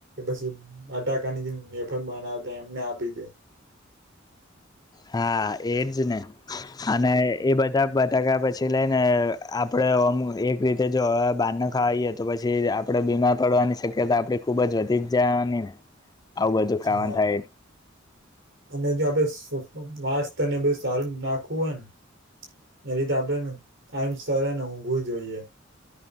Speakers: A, on the right; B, on the left.
A: પછી બટાકાની જે વેફર બનાવતા એમને આપી દે.
B: હા એજ ને અને. એ બધા બટાકા પછી લઈને આપણે ઓમ એક રીતે જો હવે બારને ખવાએ તો પછી. આપણે બીમાર પડવાની શક્યતા આપડી ખુબ જ વધી જ જવાની ને આવું બધું ખાવાનું
A: હા
B: થાય.
A: અને જો આપડે વાસ ને બધું સારું નાખવું હોય ને. એ રીતે આપડે ને ટાઈમ સર ને ઊંઘવું જોઈએ.